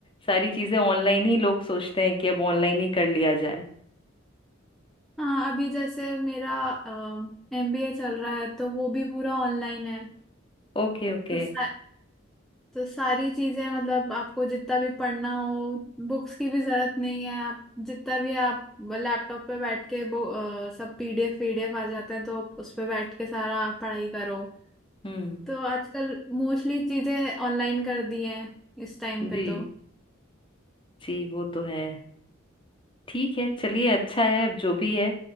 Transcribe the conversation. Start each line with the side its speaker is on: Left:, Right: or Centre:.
Left: सारी चीजें ऑनलाइन ही लोग सोचते हैं कि अब ऑनलाइन ही कर लिया जाए
Centre: हाँ अभी जैसे मेरा एमबीए चल रहा है तो वो भी पूरा ऑनलाइन है
Left: Okay okay
Centre: तो सा- तो सारी चीजें मतलब आपको जितना भी पढ़ना हो बुक्स की भी जरूरत नहीं है आप जितना भी आप लैपटॉप पे बैठ के वो अ, सब पीडीएफ पीडीएफ आ जाते हैं तो उस पे बैठ के सारा पढ़ाई करो
Left: हम्म
Centre: तो आजकल मोस्टली चीजें ऑनलाइन कर दी हैं इस टाइम
Left: जी
Centre: पे तो
Left: जी वो तो है ठीक है चलिए अच्छा है अब जो भी है